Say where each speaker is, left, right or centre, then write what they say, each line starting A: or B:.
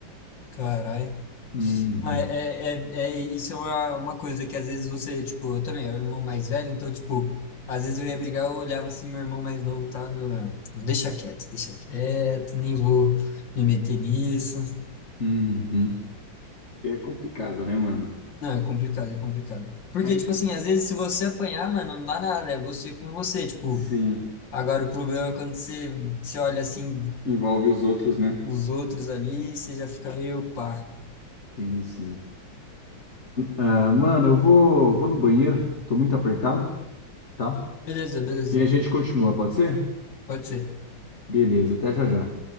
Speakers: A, on the left; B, on the left.
A: Caralho.
B: Uhum,
A: Não, é, é, é, é- isso é uma, uma coisa que às vezes você, tipo, eu também, eu era o irmão mais velho, então, tipo, às vezes eu ia brigar, eu olhava assim, meu irmão mais novo tava, eu, não, deixa quieto, deixa quieto, nem vou me meter nisso.
B: uhum. É complicado, né, mano?
A: Não, é complicado, é complicado. Porque,
B: Mas,
A: tipo assim, às vezes se você apanhar, mano, não dá nada, é você com você, tipo,
B: sim,
A: Agora, o problema é quando você, você olha assim
B: envolve os outros, né?
A: os outros ali, você já fica meio pá.
B: Sim, sim. Ah, mano, eu vou, vou no banheiro. Tô muito apertado, tá?
A: Beleza, beleza.
B: E a gente continua, pode ser?
A: Pode ser.
B: Beleza, até já já.